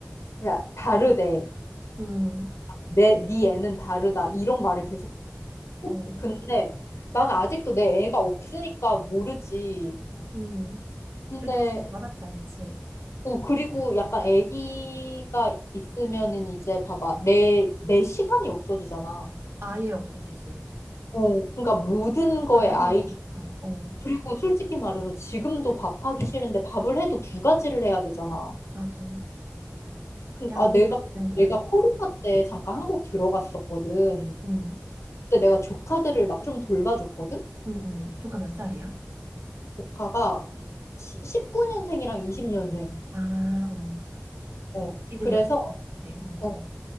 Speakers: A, on the left; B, on the right.
A: 그냥 다르대.
B: 음,
A: 내, 네 애는 다르다. 이런 말을 계속 꼭,
B: 어,
A: 근데 나는 아직도 내 애가 없으니까 모르지.
B: 음,
A: 근데
B: 그치. 와닿지 않지.
A: 어, 그리고 약간 아기가 있으면은 이제 봐봐. 내, 내 시간이 없어지잖아.
B: 아예 없어지지.
A: 어, 그러니까 모든 거에
B: 아예,
A: 아이디
B: 없어. 어,
A: 그리고 솔직히 말해서 지금도 밥하기 싫은데 밥을 해도 두 가지를 해야 되잖아.
B: 맞아.
A: 그,
B: 양육
A: 아, 내가,
B: 받는 거 막
A: 내가
B: 이런.
A: 코로나
B: 거.
A: 때 잠깐 한국 들어갔었거든.
B: 음.
A: 그때 내가 조카들을 막 좀 돌봐줬거든?
B: 응응. 조카 몇 살이야?
A: 조카가 19년생이랑 20년생.
B: 아, 어.
A: 어,
B: 애들이야.
A: 그래서,
B: 네, 엄청.
A: 어,